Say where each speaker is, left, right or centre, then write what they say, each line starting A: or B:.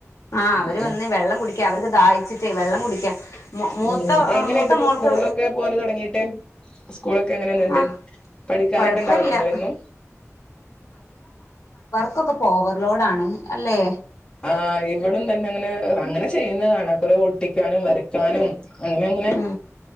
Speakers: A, on the left (about 75°); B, on the left (about 20°).
A: ആഹ്
B: ഉം
A: അവര് വന്ന് വെള്ളം കുടിക്ക അവർക്ക് ദാഹിച്ചി വെള്ളം കുടിക്ക മു മൂത്ത
B: ഉം ഉം എങ്ങനെയുണ്ട്
A: മൂത്ത
B: ഇപ്പൊ
A: മോൾക്ക്
B: സ്കൂളിലൊക്കെ പോവല് തൊടങ്ങീട്ട് സ്കൂളൊക്കെ എങ്ങനെന്ന്ണ്ട്
A: ആ
B: പഠിക്കാനൊക്കെ
A: കൊഴപ്പ
B: ഇണ്ടാവല്
A: ഇല്ല
B: ഇണ്ടോ എന്നും?
A: ക്കെ ഇപ്പൊ ഓവർലോഡ് ആണ് അല്ലേ?
B: ആ ഇവളും തന്നെ അങ്ങനെ അങ്ങനെ ചെയ്യുന്ന കാണാ കുറെ ഒട്ടിക്കാനും വരക്കാനും അങ്ങനെ അങ്ങനെ
A: ഉം